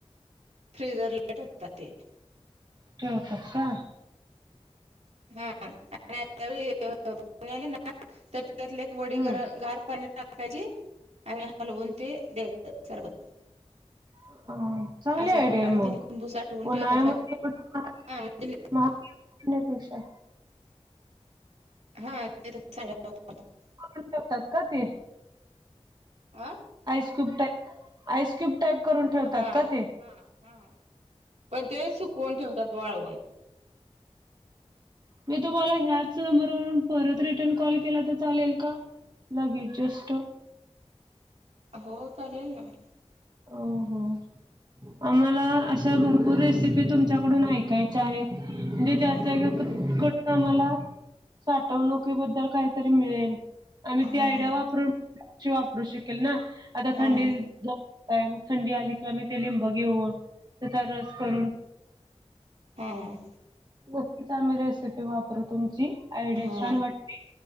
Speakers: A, on the right (about 70°); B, on the right (about 35°).
A: फ्रीजर ठेवतात ते.
B: ठेवतात का?
A: हा आणि त्यावेळी ना. हा तर त्यातली एक वडी
B: हम्म
A: गर गार पाण्यात टाकायची. आणि हलवून ते दयायच सरबत.
B: हम्म. चांगली
A: अशा
B: आइडीय
A: प्रकारे
B: आहे मग
A: ते लिंबू साठवून ठेवतात
B: उन्हाळ्यामध्ये
A: मग
B: <unintelligible>
A: हा म्हणजे
B: उठण्यापेक्षा.
A: हा ते <unintelligible>
B: करून ठेकतात का ते?
A: आह.
B: सक्यूब टाईप, आईसक्यूब टाईप करून ठेवतात
A: हा
B: का ते?
A: हा हा, पण ते सुकवून ठेवतात वाळवून.
B: मी तुम्हाला ह्याच नंबरवरून परत रिटर्न कॉल केला तर चालेल का? लगेच जस्ट.
A: हो चालेल ना.
B: ओ हो. आमाला अशा भरपूर रेसिपी तुमच्याकडून ऐकायच्या आहेत. दीदी याच्यावर
A: हा
B: कुठ कुठ. तर मला साठवणुकीबद्दल काहीतरी मिळेल. आम्ही
A: हा
B: ती
A: हा
B: आयडिया वापरून वापृषी वापरूनशी वापरू शकेल ना आता
A: हा
B: थंडी का मग थंडी आली किंवा म ते लिंब घेऊन, त्याचा रस करून
A: हा.
B: नक्कीच आम्ही रेसिपी वापरू तुमची, आयडिया
A: हा
B: छान वाटते